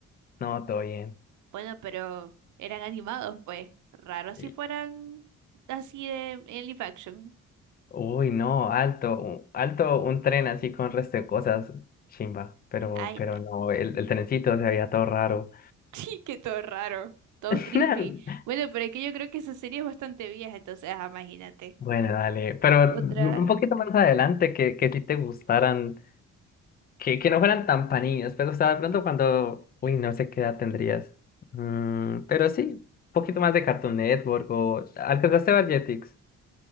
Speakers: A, on the left; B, on the right.
A: No, todo bien.
B: Bueno, pero eran animados, pues. Raro si
A: Y,
B: fueran así de en live action.
A: uy, no, alto, u- alto, un tren así con resto de cosas, chimba. Pero,
B: Ay,
A: pero
B: no.
A: no, el, el trencito se veía todo raro.
B: <laughs> Sí, que todo raro, todo
A: <laughs>
B: creepy. Bueno, pero es que yo creo que esa serie es bastante vieja, entonces, ajá, imagínate.
A: Bueno, dale, pero
B: Otra.
A: un poquito más adelante que, que si te gustaran. Que, que no fueran tan pa' niños, pero o sea, de pronto cuando, uy, no sé qué edad tendrías. Mm, pero sí, un poquito más de Cartoon Network o... ¿Alcanzaste a ver Jetix?